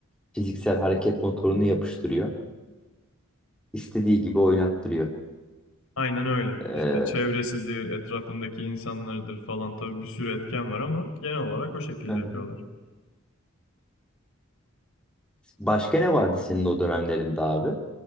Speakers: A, in the centre; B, on the left (about 80°).
A: fiziksel hareket motorunu yapıştırıyor. İstediği gibi oynattırıyor.
B: Aynen öyle.
A: Ee,
B: İşte çevresidir, etrafındaki insanlardır falan tabii bir sürü etken var ama genel olarak o şekilde
A: hı hı.
B: yapıyorlar.
A: başka ne vardı senin o dönemlerinde abi?